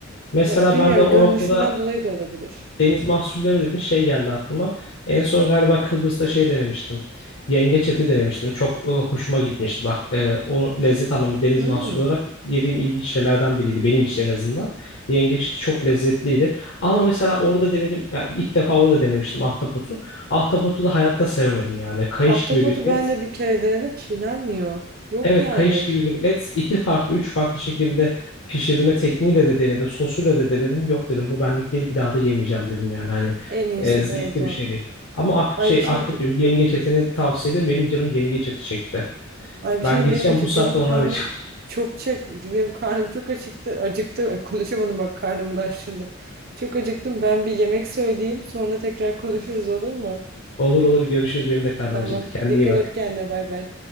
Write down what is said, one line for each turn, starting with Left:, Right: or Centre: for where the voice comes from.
Left: Mesela
Right: Ya da bilmiyorum
Left: ben de o
Right: görünüşünden
Left: noktada
Right: dolayı da olabilir.
Left: Deniz mahsulleri dedin şey geldi aklıma. En son galiba Kıbrıs'ta şey denemiştim. Yengeç eti denemiştim. Çok e, hoşuma gitmişti. Bak e, o lezzet anlamı deniz
Right: Hmm.
Left: mahsulü olarak yediğim ilginç şeylerden biriydi. Benim için en azından. Yengeç eti çok lezzetliydi. Ama mesela orada denedim. Yani ilk defa orada denemiştim ahtapotu. Ahtapotu da hayatta sevemedim yani. Kayış
Right: Ahtapotu
Left: gibi bir et.
Right: ben de bir kere denedim çiğnenmiyor. Yok
Left: Evet
Right: yani.
Left: kayış gibi bir et. iki farklı, üç farklı şekilde pişirilme tekniğiyle de denedim. Sosuyla da denedim. Yok dedim bu benlik değil bir daha da yemeyeceğim dedim yani hani
Right: En iyisi
Left: e, zevkli
Right: bu arada.
Left: bir şey değil. Ama ak
Right: Ay
Left: şey
Right: bir şey
Left: akrep
Right: değil.
Left: diyorum yengeç etini tavsiye ederim. Benim canım yengeç eti çekti.
Right: Ay bir
Left: Ben
Right: şey diyeyim
Left: gideceğim
Right: benim c-
Left: bu saatte
Right: benim
Left: onu
Right: karnım
Left: arayacağım.
Right: çok çek benim karnım çok acıktı. Acıktı. Ay, konuşamadım bak karnımın açlığından. Çok acıktım. Ben bir yemek söyleyeyim. Sonra tekrar konuşuruz olur mu?
Left: <laughs> Olur olur görüşürüz benim de karnım
Right: Tamam.
Left: acıktı. Kendine
Right: Dikkat
Left: iyi bak.
Right: et kendine. Bay bay.